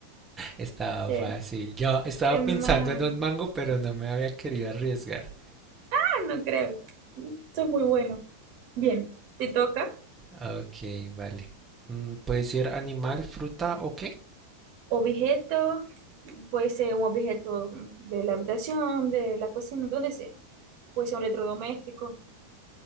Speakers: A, on the right; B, on the right.
A: Estaba
B: Qué,
A: fácil. Yo estaba
B: qué
A: pensando
B: mal.
A: en un mango, pero no me había querido arriesgar.
B: Ah, no creo. Esto es muy bueno. Bien, te toca.
A: Ok, vale. Mm, ¿Puede ser animal, fruta o qué?
B: Objeto, puede ser un objeto de la habitación, de la cocina, donde sea. pues un electrodoméstico.